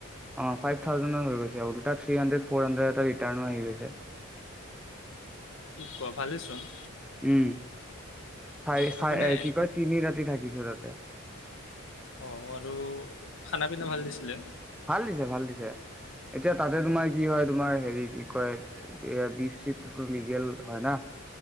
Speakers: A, in the centre; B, on the left.
A: অ', ফাইভ থাউজেণ্ডত হৈ গৈছে। উল্টা থ্ৰী হান্দ্ৰেদ, ফৰ হাড্ৰেড এটা ৰিটাৰণো আহি গৈছে।
B: কি কোৱা ভালেচোন।
A: উম, চাই
B: আৰু
A: চাই,
B: মানে
A: কি কয় তিনি ৰাতি থাকিছো তাতে।
B: অ', আৰু খানা পিনা ভাল দিছিলে।
A: ভাল দিছে, ভাল দিছে। এতিয়া তাতে তোমাৰ কি হয় তোমাৰ হেৰি কি কয় এ বিফ চিফটোতো লিগেল হয় না।